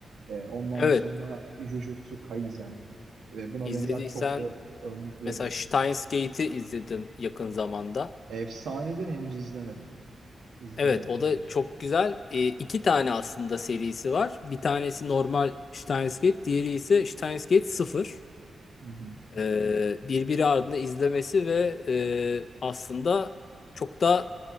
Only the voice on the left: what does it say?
Evet,
izlediysen
mesela Steins Gate'i izledim yakın zamanda.
Evet, o da
çok güzel. E, iki tane aslında serisi var. Bir tanesi normal Steins Gate, diğeri ise Steins Gate 0.
e, birbiri ardına izlemesi ve e, aslında çok da